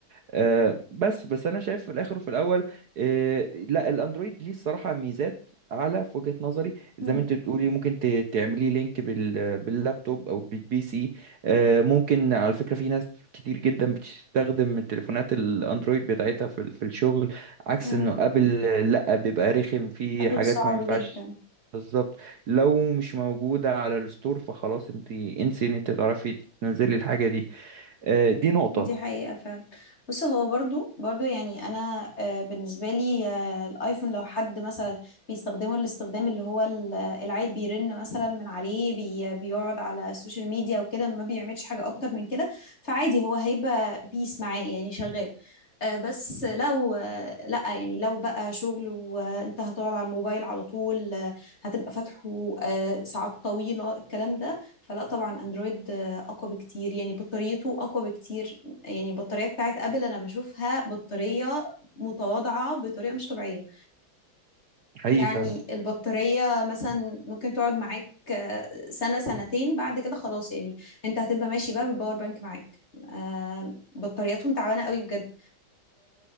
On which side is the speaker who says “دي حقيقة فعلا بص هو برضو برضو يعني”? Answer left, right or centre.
Left